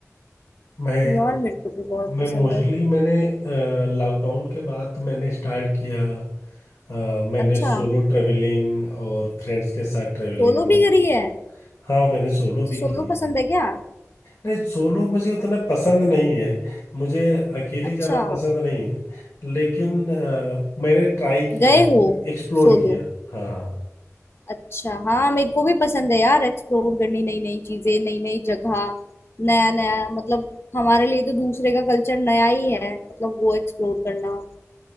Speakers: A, on the left (about 75°); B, on the left (about 50°).
A: मैं
B: यार मेरे को भी बहुत
A: मैं
B: पसंद
A: मोस्टली
B: है
A: मैंने लॉकडाउन के बाद मैंने स्टार्ट किया अ, मैंने
B: अच्छा
A: सोलो ट्रेवलिंग और फ्रेंड्स के साथ ट्रेवलिंग
B: सोलो
A: दोनों
B: भी करी है
A: हाँ मैंने सोलो
B: अच्छा
A: भी
B: सोलो
A: की है
B: पसंद है क्या
A: नहीं सोलो मुझे उतना पसंद नहीं है मुझे अकेले
B: अच्छा
A: जाना पसंद नहीं है लेकिन अ, मैंने ट्राई किया
B: गए हो
A: एक्सप्लोर
B: सोलो
A: किया हाँ
B: अच्छा हाँ मेरे को भी पसंद है यार एक्सप्लोर करनी नई नई चीजें नई नई जगह नया नया मतलब हमारे लिए तो दूसरे का कल्चर नया ही है मतलब वो एक्सप्लोर करना